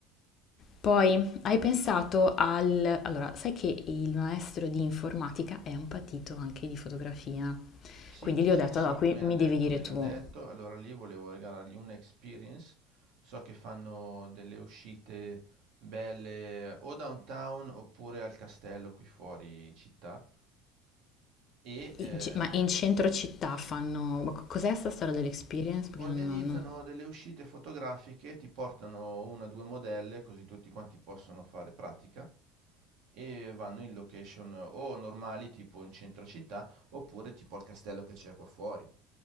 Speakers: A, on the left (about 50°); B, on the right (about 65°).
A: Poi, hai pensato al... Allora, sai che il maestro di informatica è un patito anche di fotografia.
B: Sì,
A: Quindi gli
B: sì,
A: ho detto,
B: sì,
A: allora, qui
B: me l'han
A: mi
B: detto,
A: devi dire
B: me
A: tu,
B: l'han detto. Allora lì volevo regalargli una experience. So che fanno delle uscite belle o downtown oppure al castello qui fuori città e
A: in
B: eh,
A: ce- ma
B: f-
A: in centro città fanno... ma co- Cos'è sta storia dell'experience? Perché
B: organizzano
A: non, non, non-
B: delle uscite fotografiche, ti portano una o due modelle così tutti quanti possono fare pratica e vanno in location o normali tipo in centro città oppure tipo al castello che c'è qua fuori.